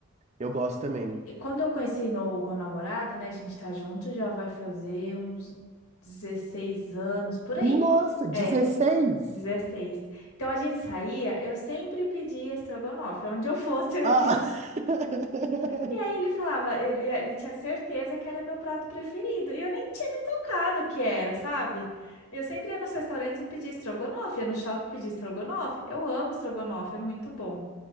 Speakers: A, on the right; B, on the left.
A: Eu gosto também.
B: E quando eu conheci meu, meu namorado, né, a gente tá junto, já vai fazer uns 16 anos, por aí.
A: Nossa, 16.
B: É. dezesseis Então a gente saía, eu sempre pedia estrogonofe, é onde eu fosse eu ia
A: Ah!
B: pedir.
A: <laughs>
B: E aí ele falava, ele, ele tinha certeza que era meu prato preferido, e eu nem tinha me tocado que era, sabe? Eu sempre ia nos restaurantes e pedia estrogonofe, ia no shopping pedir estrogonofe. Eu amo estrogonofe, é muito bom.